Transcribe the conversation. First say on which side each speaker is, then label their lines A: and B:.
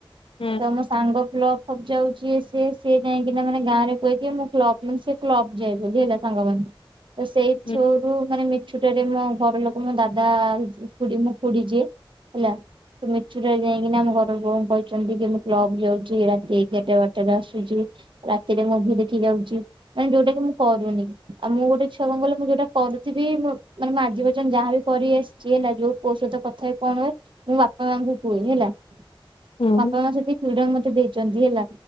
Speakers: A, on the left; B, on the right.
A: ହଁ
B: ତମ ସାଙ୍ଗ କ୍ଲବ ଫ୍ଲବ୍ ଯାଉଛି ସିଏ ସଏ ସିଏ ଯାଇକିନା ମାନେ ଗାଁରେ କହେ କି ମୁଁ କ୍ଲବ ମାନେ ସେ କ୍ଲପ ଯାଏ ବୋଲି ସାଙ୍ଗ ମାନେ। ତ ସେଇ
A: ହୁଁ
B: ଥ୍ରୋ ରୁ ମାନେ ମି ଛୁଟରେ ମୋ ଘର ଲୋକ ମୋ ଦାଦା ମୋ ଖୁଡି ଯିଏ ହେଲା। ତ ମିଛୁଟରେ ଯାଇକି ଆମ ଘରଙ୍କୁ କହିଛନ୍ତି କି ମୁଁ କ୍ଲବ ଯାଉଛି ରାତି ଏଗାରଟା ବାର ଟା ରେ ଆସୁଛି ରାତିରେ ମୁଭି ଦେଖି ଯାଉଛି ମାନେ ଯୋଉଟା କି ମୁଁ କରୁନି। ଆଉ ମୁଁ ଗୋଟେ ଛୁଆ କନ୍ କହିଲ ମୁଁ ଯୋଉଟା କରୁଥିବି ମୁଁ ମାନେ ମୁଁ ଆଜି ପର୍ଯ୍ୟନ୍ତ ଯାହାବି କରି ଆସିଛି ହେଲା ଯୋଉ ପୁଅ ସହ କଥା କଣ ହୁଏ ମୁଁ ବାପା ମାଆଙ୍କୁ କୁହେ ହେଲା, ମୋ
A: ହୁଁ
B: ବାପା ମାଆ ସେତିକି ଫ୍ରିଡମ୍ ମୋତେ ଦେଇଛନ୍ତି ହେଲା।